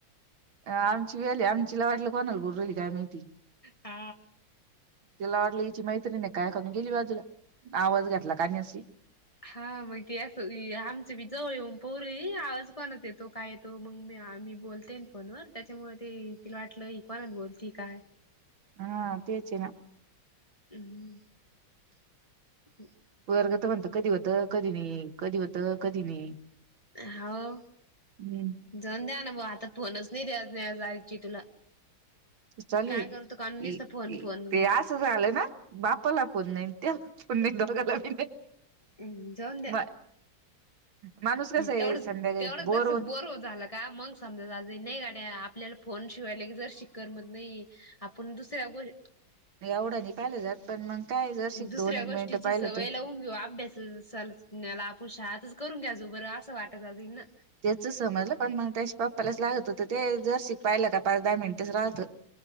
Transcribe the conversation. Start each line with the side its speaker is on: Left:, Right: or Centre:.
Right: अ आमची बी आली आमचीला वाटलं कोणाला बोलु राहिली काय माहिती
Left: हा
Right: तिला वाटलं हिची मैत्रीण नाही काय करून गेली बाजूला आवाज घेतला काणाशी
Left: हा मग असं आमची बी जवळ येऊन पोरी आवाज कोणाचा येतो काय येतो तो मग मी आमी बोलते फोनवर त्याच्यामुळे ते तिला वाटलं हि कोणाला बोलती काय
Right: हा तेच ना
Left: हम्
Right: पोरगं तर म्हणतं कधी होतं कधी नाही कधी होतं कधी नाही
Left: हाव
Right: हम्म
Left: जाऊन द्या ना ब आता फोनच नाही द्या जायची तुला
Right: चालूय
Left: काय करतो कानून नुसता
Right: इ
Left: फोन
Right: इ
Left: फोन
Right: ते असं झालंय ना बापाला फोन नाही त्याला फोन नाही दोघाला बी नाही
Left: म् जाऊन द्या
Right: म माणूस कस आहे
Left: तेवढच
Right: संध्याकाळी
Left: तेवढं जरासं
Right: होत
Left: बोर झाला का मग समजा नाही गाड्या आपल्याला फोन शिवाय लगेच जर शिक. करमत नाही आपण दुसऱ्या ग
Right: नाही एवढं नाही पाहिले जात पण मग काय जरशी
Left: दुसऱ्या
Right: दोन एक
Left: गोष्टीची
Right: मिनिटं पाहिलं
Left: सवय
Right: तर
Left: लावून घेऊ अभ्यास सल याला आपण शाळेतच करून घ्यायचो बरं असं वाटत असल ना
Right: तेच समजलं पण मग त्याच्या पप्पालाच लागत होतं ते जर पाहिलं का पाच दहा मिनिटेच राहतं